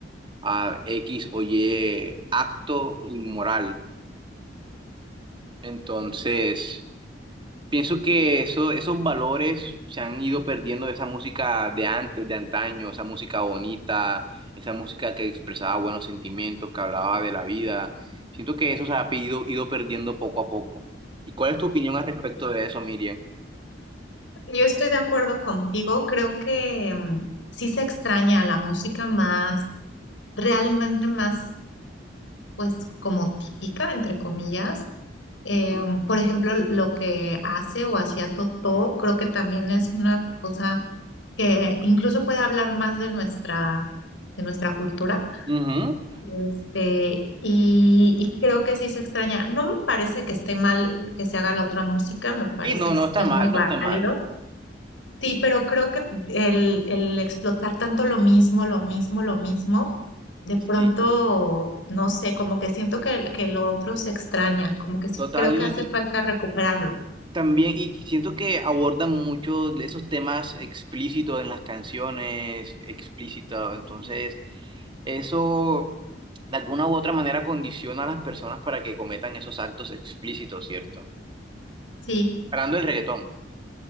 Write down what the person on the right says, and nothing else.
a X o Y acto inmoral. Entonces, Pienso que eso, esos valores se han ido perdiendo de esa música de antes, de antaño, esa música bonita, esa música que expresaba buenos sentimientos, que hablaba de la vida. Siento que eso se ha ido, ido perdiendo poco a poco. ¿Y cuál es tu opinión al respecto de eso, Miriam?
Ujú.
Ujú.
Sí, no,
no
está
mal,
no está mal.
Sí,
total.
Y,
y
también, y siento que abordan mucho de esos temas explícitos en las canciones, explícitos. Entonces... Eso de alguna u otra manera condiciona a las personas para que cometan esos actos explícitos, ¿cierto?
Hablando del reggaetón,